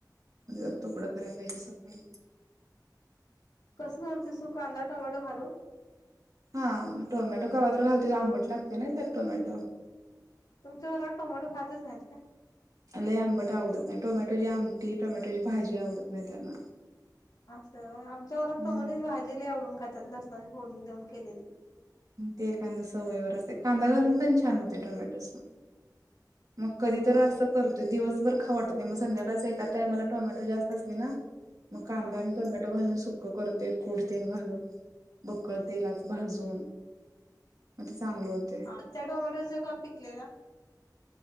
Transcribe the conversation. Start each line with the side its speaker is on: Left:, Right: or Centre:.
Right: म्हणजे तुकडं करायला पाहिजे सकाळी.
Left: कसं करतीच तू कांदा टोमॅटो घालू -
Right: हा टोमॅटो केव्हातर घालते आंबट लागते ना तर टोमॅटो -
Left: तुमच्या घरात टोमॅटो खातच नाहीत का?
Right: लय आंबट आवडत नाही. टोमॅटोची आमटी टोमॅटोची भाजी आवडत. नाही त्यांना
Left: असं आमच्या घरात
Right: हम्म
Left: टोमॅटेची भाजी लय आवडून खातात लसणाची फोडणी देऊन केलेली
Right: ते कांदा सवयीवर असते कांदा घालून पण छान होते टोमॅटोच मग कधी
Left: हा
Right: तर असं
Left: नाही
Right: करतोय दिवसभर खाऊ वाटत नाही. मग संध्याकाळच एका टाईमला टोमॅटो जास्त असले ना मग कांदा
Left: हा
Right: आणि टोमॅटो घालून सुक्क करते कुटतेल घालून बकंळ तेलात भाजून मग ते चांगलं होतय
Left: कच्चा टोमॅटोच का पिकलेला?